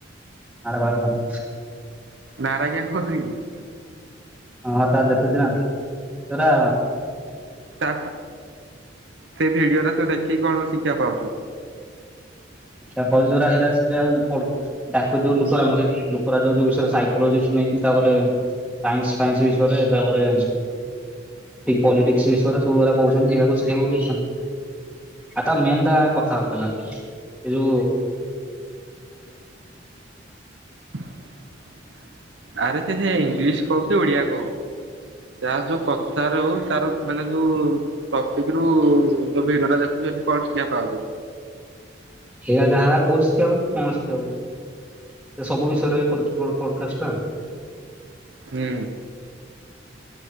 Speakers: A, in the centre; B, on the right.
A: ଆର ଭ <inaudible>
B: ନାରାଜ କ ଖଜୁର <inaudible>
A: ହଁ ହଁ ତା ଦେଖୁଛି ନା ସେରା
B: ତା ସେ ଭିଡିଓରେ ତୁ ଦେଖିକି କଣ ଶିଖିବା ପାଉଛୁ?
A: ଶିକ୍ଷା ପାଉଛି ଜୋରା ହେରା ଶିକ୍ଷା ପ ତାକୁ ଯୋଉଁ ଲୋକ ମରି ଲୋକ ଯୋଉଁ ଯୋଉଁ ବିଷୟରେ ସାଇକୋଲାଗି। ନେଇକି ତାପରେ ସାଇନ୍ସ ଫାଇନ୍ସ ବିଷୟରେ ତାପରେ ପଲିଟିକ୍ସ ବିଷୟରେ ସବୁୁଡା କହୁଛନ୍ତିକୁ ଶିଖିବାକୁ ମିଳୁଛି। ଆଟା ମେନଟା ଟା କଥା ବାର୍ତା ରା। ହେଲୋ!
B: <inaudible> ଆରେ ସେ ସେ ଇଂଲିଶ କହୁ କି ଓଡିଆ କହୁ! ତାର ଯୋଉ କଥାରେ ହଉ ତାର ମାନେ ଯୋଉ ଟପିକ ରୁ ଭିଡ଼ିଓ ଟା ଦେଖୁଛ ଏଠୁ କଣ ଶିକ୍ଷା ପାଉଛୁ?
A: ହେରା ଯାହା ଯାହା କହୁଛି ଶିକ୍ଷା ପାଉଛୁ କଣ ଶିକ୍ଷା ପାଉଛୁ! ସେ ସବୁ ବିଷୟରେ କରୁଛ ମୋ କଲକାଷ୍ଟ ଟା?
B: ହୁଁ।